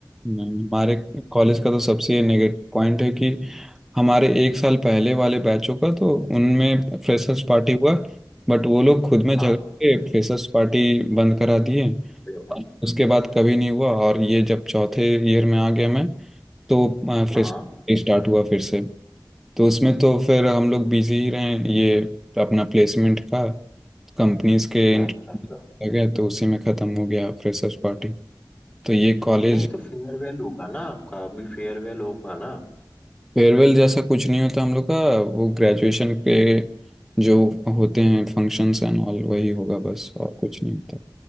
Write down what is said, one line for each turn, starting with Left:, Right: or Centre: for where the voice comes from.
Centre: नहीं, हमारे कॉलेज का तो सबसे नेगेटिव पॉइंट है कि हमारे एक साल पहले वाले बैचों का तो उनमें फ्रेशर्स पार्टी हुआ बट वो लोग खुद में झगड़
Left: हाँ
Centre: के फ्रेशर्स पार्टी बंद करा दिए
Left: ये भाई
Centre: और उसके बाद कभी नहीं हुआ और ये जब चौथे ईयर में आ गया मैं तो फ्रेशर्स
Left: हाँ
Centre: पार्टी स्टार्ट हुआ फिर से तो उसमें तो फिर हम लोग बिजी ही रहे ये अपना प्लेसमेंट का कंपनीज के
Left: अच्छा
Centre: इंटरव्यू
Left: अच्छा
Centre: आ गया तो उसी में ख़त्म हो गया फ्रेशर्स पार्टी तो ये कॉलेज
Left: नहीं तो फेयरवेल होगा ना आपका अभी फेयरवेल होगा ना
Centre: फेयरवेल जैसा कुछ नहीं होता हम लोग का वो ग्रेजुएशन के जो होते हैं फंक्शंस एंड ऑल वही होगा बस और कुछ नहीं होता